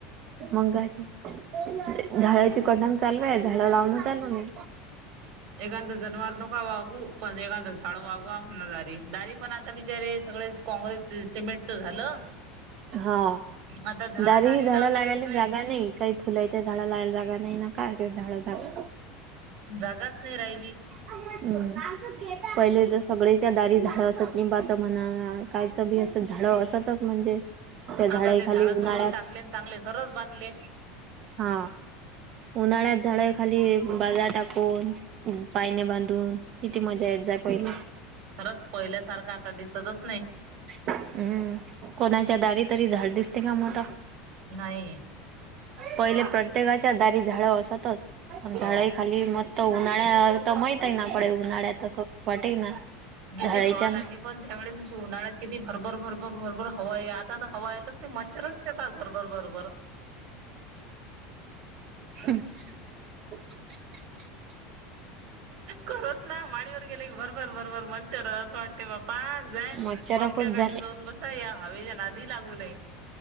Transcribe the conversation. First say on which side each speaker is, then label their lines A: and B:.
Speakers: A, on the right; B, on the right.
A: मग काय तर झाडाची कटण चालू आहे झाडं लावण चालूण
B: एखादं जनवार नका वागू पण ए झाड वागवा म्हणा दारी, दारी पण आता बिचारे सगळे काँग्रेस सिमेंटचं झालं.
A: हा,
B: आता झाड
A: दारी ही झाडं
B: लावल्या
A: लागायली
B: जात नाहीत
A: जागा नाही. काही फुलायच्या झाड लायला जागा नाही ना काच्या झाड जागा
B: जागाच नाही राहिली.
A: हम्म, पहिले तर सगळेच्या दारी झाड असत निंबाच म्हणा कायचं बी असं झाड असतच म्हणजे त्या झाडा
B: आता ते झाडं
A: खाली उन्हाळ्यात
B: तोडून टाकले आणि चांगले घरच बांधले.
A: हा, उन्हाळ्यात झाडाय खाली बाजार टाकून पायने बांधून किती मजा येत जा पहिले.
B: खरंच पहिल्यासारखं आता दिसतच नाही.
A: हम्म, कोणाच्या दारी तरी झाड दिसते का मोठ.
B: नाही.
A: पहिले प्रत्येकाच्या दारी झाडं असतच
B: हो.
A: झाडं खाली मस्त तर उन्हाळ्यात तर महीत ही ना पडे उन्हाळ्यात तस वाटे ना
B: किती
A: झाडायच्या
B: हवा लागे पण त्यावेळेस अशी उन्हाळ्यात किती भरभर, भरभर, भरभर हवा आ आता हवा येतच नाही मच्छरच येतात घर भर भरबर.
A: हम् <inaudible>
B: खरंच ना माळीवर <unintelligible> भर, भर, भर, भर मच्छर असं वाटते बापा जाय
A: मच्छर
B: पंख्यााली-
A: खूप झाले.
B: पण बस या हवेच्या नादी लागू नये.